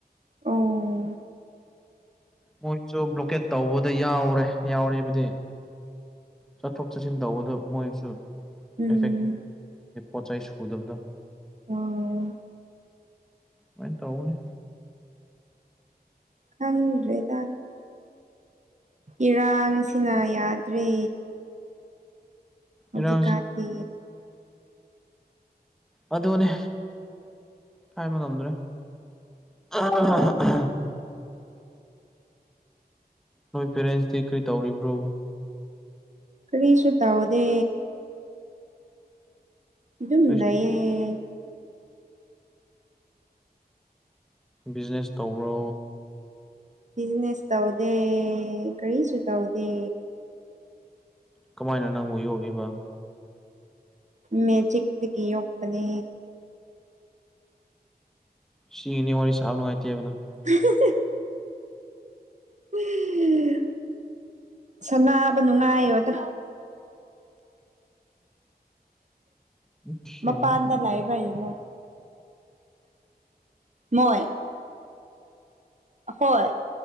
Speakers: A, on the right (about 45°); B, in the centre.
A: ꯑꯣ
B: ꯃꯣꯏꯁꯨ ꯕ꯭ꯂꯣꯀꯦꯠ ꯇꯧꯕꯗ ꯌꯥꯎꯔꯦ ꯌꯥꯎꯔꯦꯕꯗꯤ ꯆꯠꯊꯣꯛ ꯆꯠꯁꯤꯟ ꯇꯧꯕꯗ ꯃꯣꯏꯁꯨ
A: ꯎꯝ
B: ꯑꯦꯐꯦꯛ ꯄꯣꯠ ꯆꯩ ꯁꯨꯗꯕꯗꯣ
A: ꯑꯣ
B: ꯃꯥꯢ ꯇꯧꯕꯅꯦ
A: ꯈꯪꯗ꯭ꯔꯦꯗ ꯏꯔꯥꯡꯁꯤꯅ ꯌꯥꯗ꯭ꯔꯦ ꯍꯧꯖꯤꯛ
B: ꯏꯔꯥꯡꯁꯤ
A: ꯀꯥꯟꯗꯤ
B: ꯑꯗꯨꯅꯤ ꯍꯥꯏꯕ ꯉꯝꯗ꯭ꯔꯦ <unintelligible> ꯅꯣꯏ ꯄꯦꯔꯦꯟꯁꯇꯤ ꯀꯔꯤ ꯇꯧꯔꯤꯕ꯭ꯔꯣ
A: ꯀꯔꯤꯁꯨ ꯇꯧꯗꯦ ꯑꯗꯨꯝ
B: ꯀꯔꯤ
A: ꯂꯩꯌꯦ
B: ꯕꯤꯖꯤꯅꯦꯁ ꯇꯧꯕ꯭ꯔꯣ
A: ꯕꯤꯖꯤꯅꯦꯁ ꯇꯧꯗꯦ ꯀꯔꯤꯁꯨ ꯇꯧꯗꯦ
B: ꯀꯃꯥꯏꯅ ꯅꯪꯕꯨ ꯌꯣꯛꯂꯤꯕ
A: ꯃꯦꯖꯤꯛ ꯇꯒꯤ ꯌꯣꯛꯄꯅꯦ
B: ꯁꯤꯒꯤꯅꯤ ꯋꯥꯔꯤ ꯁꯥꯕ ꯅꯨꯉꯥꯏꯇꯦ ꯍꯥꯏꯕꯗꯣ
A: ꯍ <unintelligible> <unintelligible> ꯁꯅꯥꯕ ꯅꯨꯡꯉꯥꯌꯣꯗ
B: ꯑꯣꯀꯦ
A: ꯃꯄꯥꯟꯗ ꯂꯩꯕ ꯌꯦꯡꯉꯣ ꯃꯣꯏ ꯍꯣꯏ